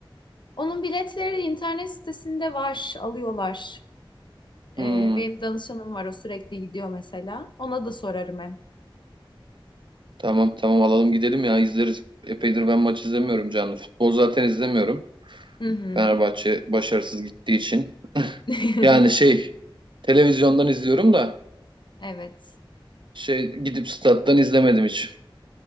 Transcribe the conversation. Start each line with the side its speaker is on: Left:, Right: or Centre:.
Left: onun biletleri internet sitesinde var, alıyorlar. Ee,
Right: Hı,
Left: benim danışanım var o sürekli gidiyor mesela. Ona da sorarım hem.
Right: tamam tamam alalım gidelim ya izleriz. Epeydir ben maç izlemiyorum canlı. Futbol zaten izlemiyorum.
Left: Hı hı.
Right: Fenerbahçe başarısız gittiği için.
Left: <laughs>
Right: Yani şey televizyondan izliyorum da
Left: Evet.
Right: şey gidip stat'tan izlemedim hiç.